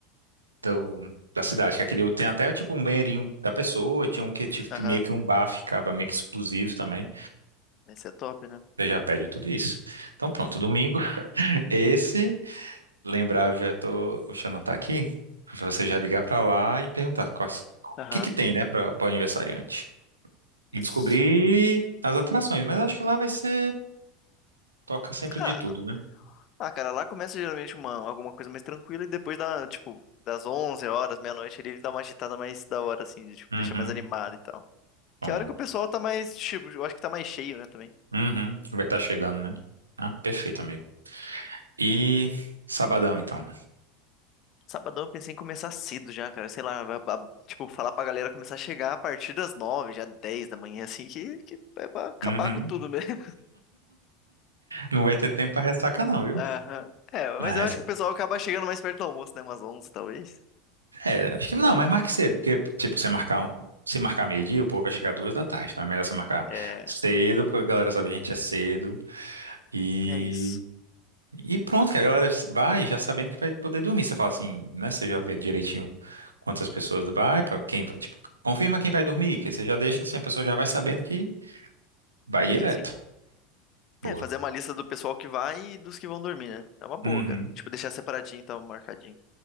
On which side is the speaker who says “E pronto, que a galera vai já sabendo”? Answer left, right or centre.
Right